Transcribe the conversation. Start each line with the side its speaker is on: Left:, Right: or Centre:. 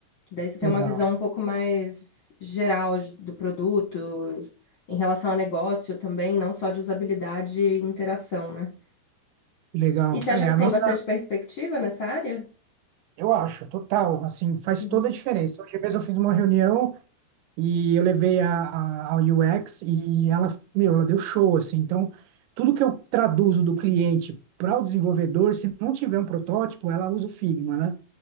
Left: Daí você tem
Right: Legal,
Left: uma visão um pouco mais geral do produto, em relação ao negócio também, não só de usabilidade e interação, né?
Right: legal.
Left: E você acha
Right: É,
Left: que
Right: a
Left: tem
Right: nossa,
Left: bastante perspectiva nessa área?
Right: eu acho, total, assim, faz
Left: Uhum.
Right: toda a diferença. Hoje mesmo eu fiz uma reunião E eu levei a, a, ao UX e ela, meu, ela deu show, assim. Então, tudo que eu traduzo do cliente para o desenvolvedor, se não tiver um protótipo, ela usa o Figma, né?